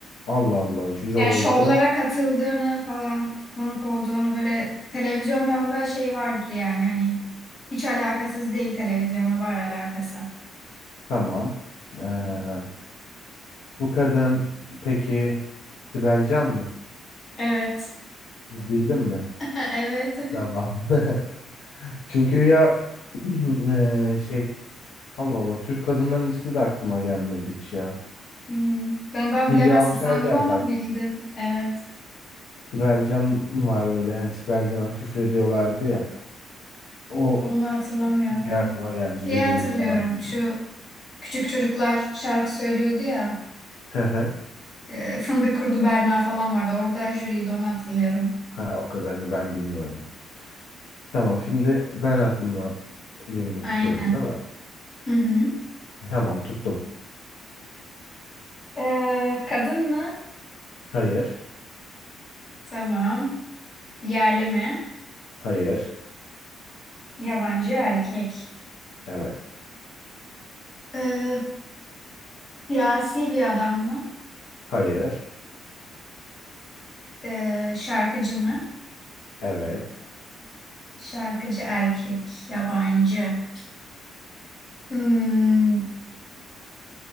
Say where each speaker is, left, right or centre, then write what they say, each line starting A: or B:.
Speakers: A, on the left; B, on the left.
A: Allah Allah jüri
B: Yani
A: oldu.
B: şovlara katıldığını falan konuk olduğunu böyle televizyondan da şey vardır yani hani hiç alakasız değil televizyonla var alakası.
A: Tamam. Ee, bu kadın peki Sibel Can mı?
B: Evet.
A: Bildin mi?
B: <laughs> Evet.
A: Tamam. <laughs> Çünkü ya <clears throat> eee, şey Allah Allah Türk kadınların ismi de aklıma gelmedi hiç ya.
B: Hı hı. Ben daha
A: Hülya
B: bilemezsin
A: Avşar
B: sandım
A: geldi
B: ama
A: aklıma.
B: bildin. Evet.
A: Sibel Can var öyle hani Sibel Can'a küfrediyorlardı ya. O
B: Onu hatırlamıyorum.
A: şey aklıma geldi
B: Şeyi
A: jürilik
B: hatırlıyorum.
A: falan önce.
B: Şu küçük çocuklar şarkı söylüyordu ya.
A: <laughs>
B: E, Fındık Kurdu Berna falan vardı. Orada jüriydi onu hatırlıyorum.
A: Ha o kadarını ben bilmiyorum. Tamam şimdi ben aklımda birini tutuyorum
B: Aynen.
A: değil mi?
B: Hı hı.
A: Tamam tuttum.
B: Ee, kadın mı?
A: Hayır.
B: Tamam. Yerli mi?
A: Hayır.
B: Yabancı erkek.
A: Evet.
B: Ee, siyasi bir adam mı?
A: Hayır.
B: Ee, şarkıcı mı?
A: Evet.
B: Şarkıcı erkek. Yabancı. Hmm,